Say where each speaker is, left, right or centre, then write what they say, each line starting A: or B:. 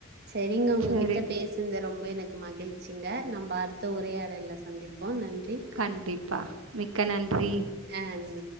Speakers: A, on the right; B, on the right.
A: சரிங்க உங்ககிட்ட
B: சரி
A: பேசி சந்த ரொம்ப எனக்கு மகிழ்ச்சிங்க நம் அடுத்த உரையாடல்ல சந்திப்போ நன்றி
B: கண்டிப்பா மிக்க நன்றி
A: ஆன்றி